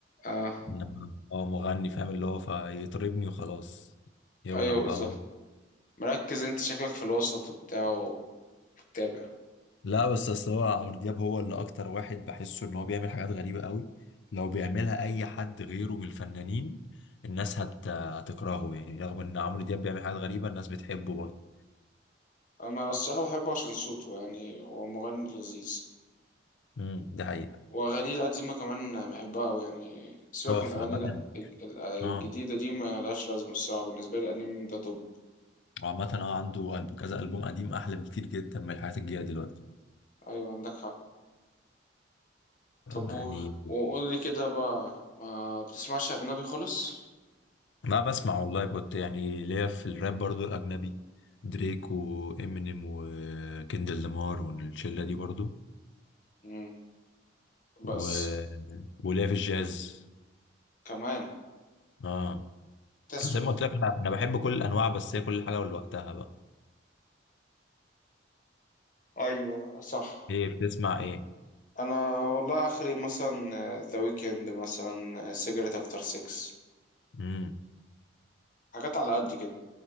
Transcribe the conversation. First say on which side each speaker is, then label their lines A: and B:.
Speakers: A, on the left; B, on the left.
A: اه
B: انما هو مغني فاهم اللي هو فيطربني وخلاص يولع
A: ايوه
B: بقى
A: بالظبط
B: هو
A: مركز انت شكلك في الوسط وبتاع وبتتابع
B: لا بس اصل هو عمرو دياب هو اللي اكتر واحد بحسه ان هو بيعمل حاجات غريبه قوي لو بيعملها اي حد غيره من الفنانين الناس هت... هتكرهه يعني رغم ان عمرو دياب بيعمل حاجات غريبه الناس بتحبه برضه
A: انا الصراحه بحبه عشان صوته يعني هو مغني لذيذ
B: امم دي حقيقه
A: واغانيه القديمه كمان بحبها أوي يعني سيبك
B: تحفه
A: من اغاني
B: عامه اه
A: الجديده دي ملهاش لازمه الصراحه بالنسبه لي القديم ده طب
B: وعامة اه عنده ألب- كذا ألبوم قديم أحلى بكتير جدا من الحاجات الجاية دلوقتي
A: ايوه عندك حق طب
B: يعني
A: و... وقول لي كده بقى ما بتسمعش أجنبي خالص
B: لا بسمع والله كنت يعني ليا في الراب برضو الأجنبي دريك وإمينيم وكندل لامار والشلة دي برضو
A: مم.
B: و...
A: بس
B: وليا في الجاز
A: كمان
B: اه
A: تسوى
B: أنا زي ما قلت لك أنا أنا بحب كل الأنواع بس هي كل حاجة ولوقتها بقى
A: أيوة صح
B: إيه بتسمع إيه؟
A: أنا والله آخري مثلا ذا ويكند مثلا سيجرت أفتر سيكس
B: مم.
A: حاجات على قد كده